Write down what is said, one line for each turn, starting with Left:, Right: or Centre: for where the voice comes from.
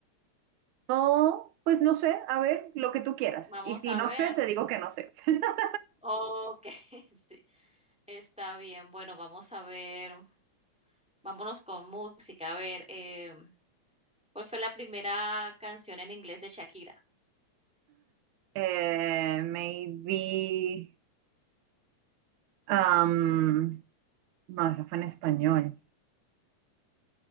Right: No, pues no sé, a ver, lo que tú quieras.
Centre: Vamos
Right: Y si
Centre: a
Right: no
Centre: ver.
Right: sé, te digo que no sé. <laughs>
Centre: Ok, <laughs> sí, está bien. Bueno, vamos a ver, vámonos con música. A ver, em, ¿cuál fue la primera canción en inglés de Shakira?
Right: Eh, maybe. Am, no, esa fue en español.